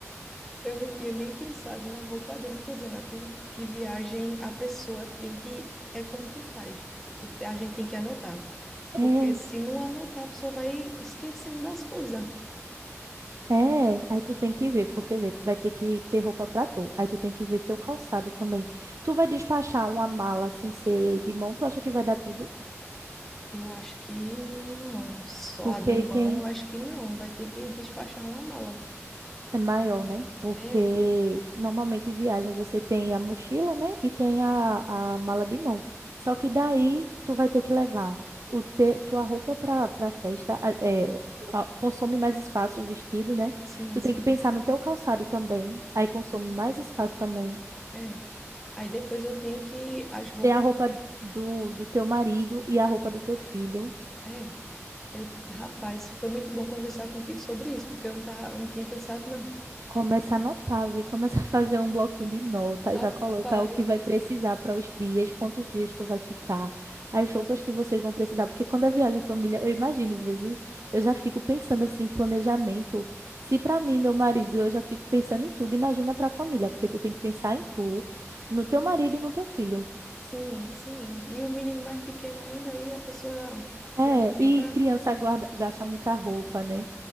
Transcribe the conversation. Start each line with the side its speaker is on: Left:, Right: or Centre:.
Centre: Eu não tinha nem pensado na roupa dele. Não tô dizendo a tu que viagem a pessoa tem que, é como tu faz. Tu- a gente tem que anotar,
Right: É,
Centre: porque se não anotar, a pessoa vai esquecendo das coisas.
Right: é. Aí tu tem que ver, porque vê, tu vai ter que ter roupa pra tu. Aí tu tem que ver teu calçado também. Tu vai despachar uma mala sem ser de mão, tu acha que vai dar tudo?
Centre: Eu acho que não, só
Right: Porque
Centre: a de mão,
Right: tem.
Centre: acho que não. Vai ter que despachar uma mala.
Right: É maior, né? Porque
Centre: É,
Right: normalmente em viagem você tem a mochila, né? E tem a, a mala de mão. Só que daí tu vai ter que levar o te, tua roupa para para festa, a- é, a- consome mais espaço o vestido, né?
Centre: sim,
Right: Tu
Centre: sim.
Right: tem que pensar no teu calçado também, aí consome mais espaço também.
Centre: É. Aí depois eu tenho que as roupas.
Right: Tem a roupa do, do teu marido e a roupa do teu filho.
Centre: É. Eu, rapaz, foi muito bom conversar contigo sobre isso, porque eu não tava, eu não tinha pensado, não.
Right: Começa a anotar, vi, começa a fazer um bloquinho de nota,
Centre: <laughs>
Right: já coloca
Centre: Rapaz.
Right: o que vai precisar para os dias, quantos dias tu vai ficar, as roupas que vocês vão precisar, porque quando é viagem em família, eu imagino, Vivi, eu já fico pensando assim, em planejamento. Se para mim, meu marido, eu já fico pensando em tudo, imagina para a família, porque tu tem que pensar em tu, no teu marido e no teu filho.
Centre: Sim, sim. E o menino mais pequeno ainda, aí a pessoa
Right: É,
Centre: já fica.
Right: e criança guarda, gasta muita roupa, né?